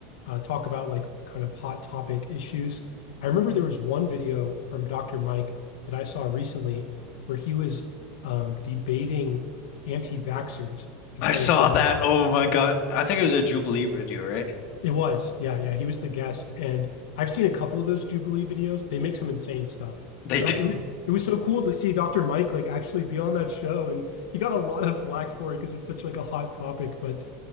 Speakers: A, on the left; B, on the left.
A: uh, talk about like kind of hot topic issues. I remember there was one video from Dr. Mike that I saw recently where he was um, debating anti-vaxxers and
B: I
A: kind
B: saw
A: of giving
B: that. Oh my God. I think it was a Jubilee video, right?
A: it was. Yeah, yeah. He was the guest. And I've seen a couple of those Jubilee videos. They make some insane stuff.
B: They
A: But
B: did.
A: I, it, wa- it was so cool to see Dr. Mike like actually be on that show. And he got a lot of flack for it because it's such like a hot topic. But